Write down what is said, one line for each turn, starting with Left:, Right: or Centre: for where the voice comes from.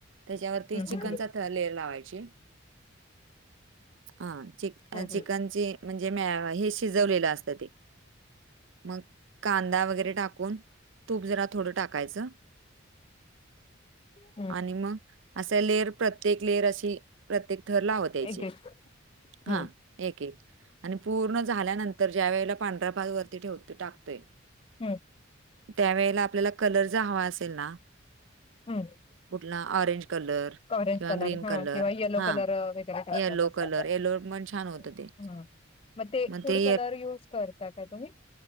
Right: त्याच्यावरती चिकनचा
Left: हं
Right: ि थर लावाय <inaudible> <unintelligible> हा चिक
Left: हं
Right: चिकनचे
Left: हं
Right: म्हणजे म हे शिजवलेलं असतं ते मग कांदा वगैरे टाक कुन तूप जरा थोडं टाकायचं
Left: हं
Right: आणि मग असा लेअर प्रत्येक लेअर अशी प्रत्येक थर लावत यायचे
Left: एक एक हं
Right: हा एक एक आणि पूर्ण झाल्यानंतर ज्या वेळेला पांढऱ्या भाग वरती ठेवते टाकतोय
Left: हं
Right: त्यावेेळेला आपल्याला कलरचा हवा असेल ना
Left: बर
Right: कुठला ऑरेंज कलर
Left: ऑरेंज
Right: किंवा
Left: कलर
Right: ग्रीन
Left: हा किंवा येलो
Right: हां,
Left: कलर वेगळा टाकला
Right: येलो
Left: तर चालेल
Right: कलर. येलोवर पण छान होतं ते.
Left: हे
Right: मग
Left: फुड
Right: ते
Left: कलर युज करता का तुम्ही